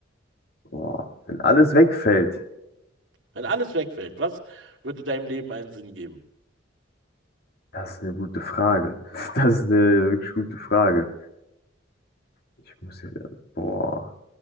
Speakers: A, on the left; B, on the right.
A: Boah, wenn alles wegfällt,
B: Wenn alles wegfällt, was würde deinem Leben einen Sinn geben?
A: das ist eine gute Frage. <laughs> Das ist eine wirklich gute Frage. Ich muss hier, boah.